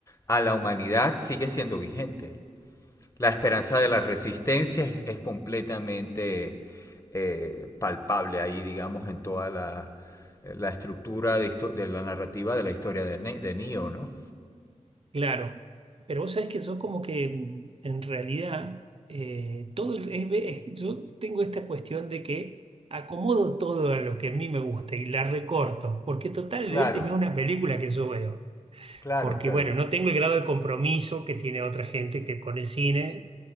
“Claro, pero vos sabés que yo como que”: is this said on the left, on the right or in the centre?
Right